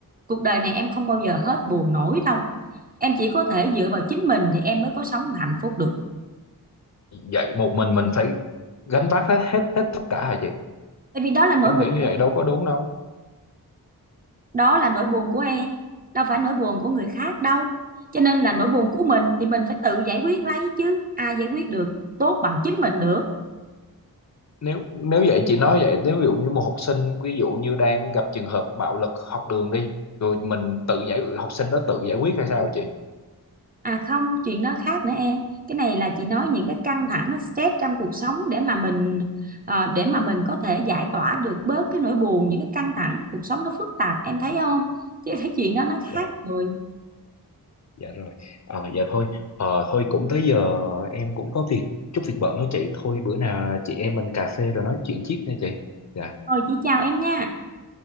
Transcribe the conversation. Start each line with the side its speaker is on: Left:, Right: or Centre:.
Right: cuộc đời này em không bao giờ hết buồn nổi đâu em chỉ có thể dựa vào chính mình thì em mới có sống hạnh phúc được
Left: vậy một mình mình phải gánh vác hết hết hết tất cả hả chị
Right: tại vì đó là nỗi
Left: em
Right: buồn
Left: nghĩ như vậy đâu có đúng đâu
Right: đó là nỗi buồn của em đâu phải nỗi buồn của người khác đâu cho nên là nỗi buồn của mình thì mình phải tự giải quyết lấy chứ ai giải quyết được tốt bằng chính mình được
Left: nếu nếu vậy chị nói vậy nếu ví dụ như một học sinh ví dụ như đang gặp trường hợp bạo lực học đường đi rồi mình tự giải học sinh nó tự giải quyết hay sao hả chị
Right: à không chuyện đó khác nữa em cái này là chị nói những cái căng thẳng cái stress trong cuộc sống để mà mình ờ, để mà mình có thể giải tỏa được bớt cái nỗi buồn những cái căng thẳng cuộc sống nó phức tạp em thấy không chứ cái chuyện đó nó
Left: Dạ.
Right: khác rồi
Left: dạ rồi Ờ, dạ thôi Ờ, thôi cũng tới giờ em cũng có việc chút việc bận đó chị thôi bữa nào chị em mình cà phê rồi nói chuyện tiếp nha chị dạ
Right: thôi chị chào em nha